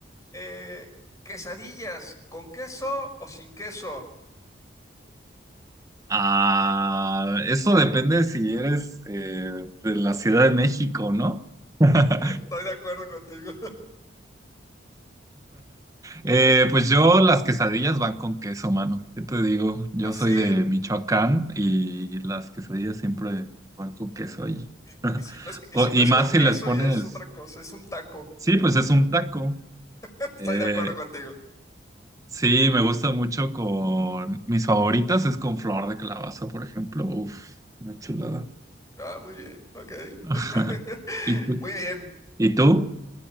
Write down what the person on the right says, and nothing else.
Ah, eso depende si eres eh, de la Ciudad de México, ¿no? <laughs>
Eh, pues yo las quesadillas van con queso, mano. ¿Qué te digo? Yo
soy de Michoacán y las quesadillas siempre van con queso ahí.
O-
y
más
si les pones,
sí, pues es un taco.
Eh,
sí, me gusta mucho con mis favoritas es con flor de calabaza, por ejemplo. Uf, una chulada.
<laughs>
¿Y tú?
¿Y tú?